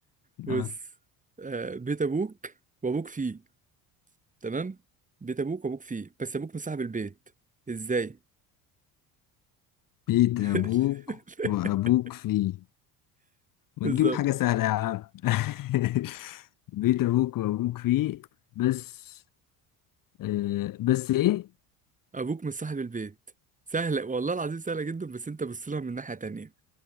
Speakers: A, on the left; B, on the right.
A: <laughs>
B: بص
A: آه.
B: آه بيت أبوك وأبوك فيه تمام بيت أبوك وأبوك فيه بس أبوك مصاحب البيت إزاي
A: بيت
B: <laughs>
A: ابوك وابوك فيه ما
B: بالظبط
A: تجيب حاجة سهلة يا عم <laughs> بيت ابوك وابوك فيه بس آه بس ايه
B: أبوك مصاحب البيت سهلة والله العظيم سهلة جدا بس أنت بص لها من ناحية تانية